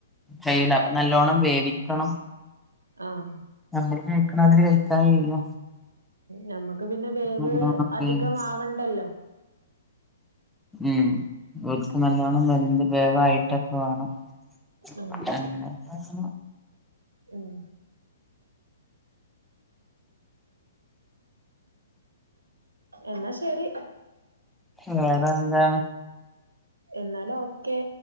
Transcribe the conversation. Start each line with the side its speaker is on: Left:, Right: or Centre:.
Centre: കയ്യുല അപ്പൊ നല്ലോണ്ണം വേവിക്കണം
Right: ആഹ്
Centre: നമ്മള് കഴ്ക്ക്ണാതിരി കഴിക്കാൻ കയ്യൂല
Right: ഞമ്മക്ക് പിന്നെ വേവ്
Centre: നല്ലോണം
Right: അധികമാവണ്ടല്ലൊ
Centre: വേവിച്ച് ഉം ഒര്ക്ക് നല്ലോണം വെന്ത് വേവായ്ട്ടൊക്കെ വാണം <inaudible>
Right: ഉം ഉം എന്ന ശരി
Centre: വേറെ എന്താണ്
Right: എന്നാല് ഓക്കെ